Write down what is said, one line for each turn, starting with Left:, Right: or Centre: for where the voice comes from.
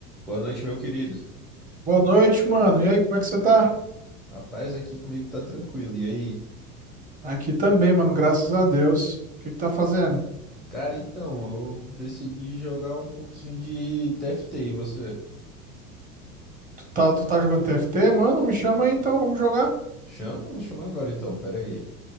Centre: Boa noite, meu querido.
Right: Boa noite, mano. E aí, como é que você tá?
Centre: A paz aqui comigo tá tranquilo. E aí?
Right: Aqui também, mano, graças a Deus. O que que tá fazendo?
Centre: Cara, então, eu decidi jogar um pouquinho de TFT. E você?
Right: Tu tá, tu tá jogando TFT? Mano, me chama aí então, vamos jogar.
Centre: Chama? Vou chamar agora então, pera aí.